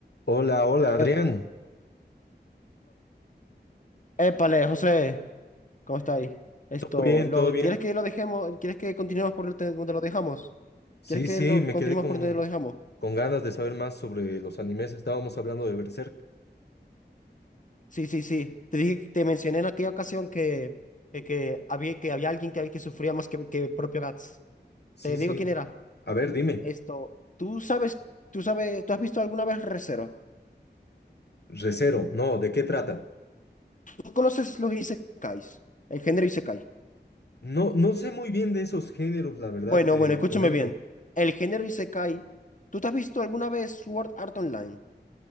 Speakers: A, on the left; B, on the left.
A: Hola, hola, Adrián.
B: Épale, épale, José, ¿cómo está ahí? Esto,
A: ¿Todo bien?
B: lo,
A: ¿Todo bien?
B: ¿quieres que lo dejemos? ¿Quieres que continuemos por donde donde lo dejamos?
A: Sí,
B: ¿Quieres que
A: sí,
B: lo
A: me
B: continuemos
A: quedé con,
B: por donde lo dejamos?
A: con ganas de saber más sobre los animes. Estábamos hablando de Berserk.
B: Sí, sí, sí. Te dije, te mencioné en aquella ocasión que, que, que había, que había alguien que, que sufría más que, que propio Gats.
A: Sí,
B: Te
A: sí.
B: digo quién era.
A: A ver, dime.
B: Esto, ¿tú sabes, tú sabes, tú has visto alguna vez Re:Zero?
A: Recero, no, ¿de qué trata?
B: ¿Tú conoces los isekais? El género isekai.
A: No, no sé muy bien de esos géneros, la verdad,
B: Bueno,
A: te
B: bueno, escúchame
A: comento.
B: bien. El género isekai, ¿tú te has visto alguna vez Sword Art Online?